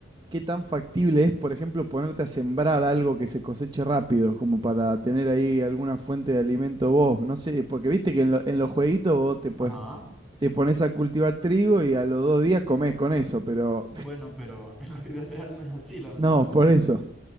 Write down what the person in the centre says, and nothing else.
Ajá.
Bueno, pero <laughs> en la vida real no es así,
lamentablemente.